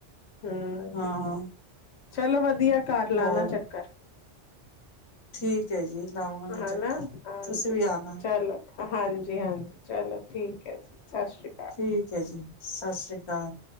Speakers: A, on the left; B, on the left.
A: ਹਮ
B: ਹਾਂ
A: ਚਲੋ ਵਧੀਆ ਘਰ ਲਾਣਾ
B: ਹੋਰ
A: ਚੱਕਰ
B: ਠੀਕ ਐ ਜੀ ਲਾਵਾਂਗੇ
A: ਹਨਾ
B: ਚੱਕਰ
A: ਹਾਂਜੀ
B: ਤੁਸੀਂ ਵੀ ਆਣਾ
A: ਚਲੋ ਹਾਂਜੀ ਹਾਂਜੀ ਚਲੋ ਠੀਕ ਹੈ ਸਤਿ ਸ਼੍ਰੀ ਅਕਾਲ
B: ਠੀਕ ਹੈ ਜੀ ਸਤਿ ਸ੍ਰੀ ਅਕਾਲ